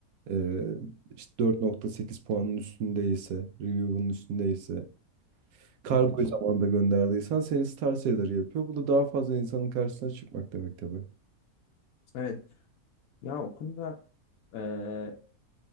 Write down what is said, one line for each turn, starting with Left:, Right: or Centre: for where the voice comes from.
Right: Ee, işte 4.8 puanın üstündeyse, review'un üstündeyse, kargoyu
Left: Hı hı.
Right: zamanında gönderdiysen seni star seller yapıyor. Bu da daha fazla insanın karşısına çıkmak demek tabii.
Left: Evet. Ya o konuda eee